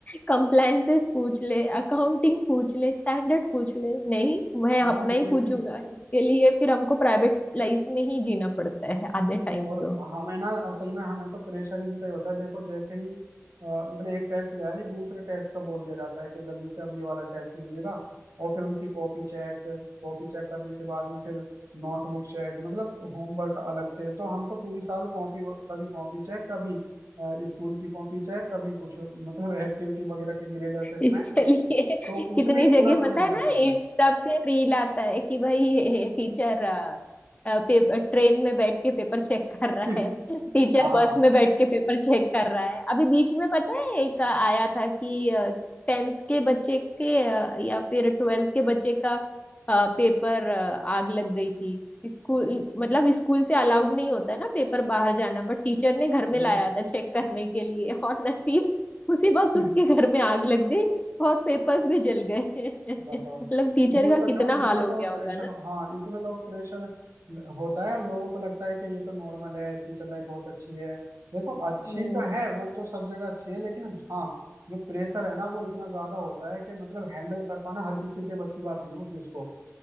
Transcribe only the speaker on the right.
हाँ ये-
लेकिन
और
हमें ना असल में हमें तो प्रेशर इनका ही होता है देखो जैसे ही अ, मतलब एक टेस्ट गया नहीं दूसरे टेस्ट का बोल दिया जाता है कि जल्दी से अब ये वाला टेस्ट लीजिएगा और फिर उनकी कॉपी चेक कॉपी चेक करने के बाद में फिर नोटबुक चेक मतलब होमवर्क अलग से तो हम तो पूरी साल कॉपी कभी कॉपी चेक कभी अ, स्कूल की कॉपी चेक कभी कुछ मतलब एक्टिविटी वगैरह के ग्रेड असेसमेंट
तो
उसमें ही
पूरा समय
निकल
जाता
है
<laughs>
हाँ
हम्म
<laughs>
बताओ
तो
मैं वही
तो
कह रहा हूँ इतना
लोग
प्रेशर
हाँ इतना लोग प्रेशर होता है लोगों को लगता है कि ये तो नॉर्मल है टीचर लाइफ बहुत अच्छी है देखो
अच्छी तो है वो तो सब जगह अच्छी है लेकिन हाँ जो प्रेशर है ना वो इतना ज्यादा होता है कि मतलब हैंडल कर पाना हर किसी के बस की बात नहीं होती उसको